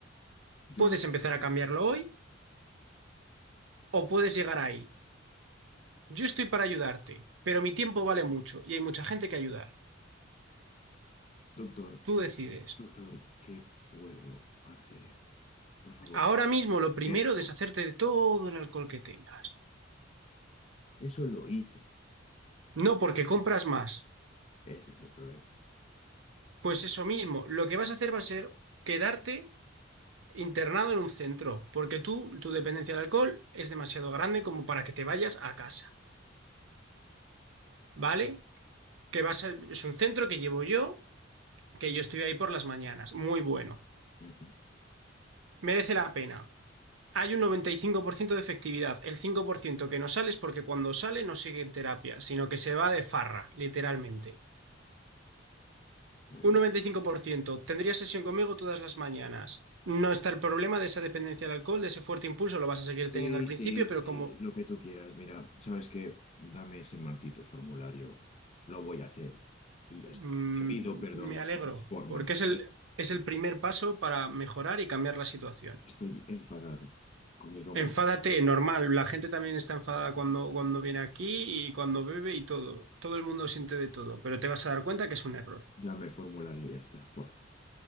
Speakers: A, on the left; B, on the right.
A: Yo
B: Puedes
A: no.
B: empezar
A: quiero
B: a cambiarlo
A: eso.
B: hoy o puedes llegar ahí. Yo estoy para ayudarte, pero mi tiempo vale mucho y hay mucha gente que ayudar.
A: Doctor,
B: Tú decides.
A: doctor, ¿qué puedo hacer? Por favor,
B: Ahora mismo lo primero,
A: mételo.
B: es deshacerte de todo el alcohol que tengas.
A: Eso lo hice.
B: No porque compras más.
A: Ese es el problema.
B: Pues eso mismo, lo que vas a hacer va a ser quedarte internado en un centro, porque tú, tu dependencia del alcohol es demasiado grande como para que te vayas a casa, ¿vale? Que vas a- es un centro que llevo yo, que yo estoy ahí por las mañanas, muy bueno,
A: Ujú.
B: merece la pena. Hay un 95% de efectividad, el 5% que no sale es porque cuando sale no sigue en terapia, sino que se va de farra, literalmente.
A: Pues
B: Un 95% tendría sesión conmigo todas las mañanas. No está el problema de esa dependencia del alcohol, de ese fuerte impulso, lo vas a seguir
A: sí,
B: teniendo al principio,
A: sí,
B: pero
A: sí,
B: como
A: lo que tú quieras. Mira, ¿sabes qué? Dame ese maldito formulario. Lo voy a hacer. Y ya
B: Mm,
A: está. Te pido perdón
B: me alegro,
A: por mis formas,
B: porque es
A: pero
B: el, es el primer paso para mejorar y cambiar la situación.
A: estoy enfadado conmigo
B: Enfádate,
A: mismo.
B: normal, la gente también está enfadada cuando, cuando viene aquí y cuando bebe y todo. Todo el mundo siente de todo, pero te vas a dar cuenta que es un error.
A: Dame el formulario y ya está, porfa.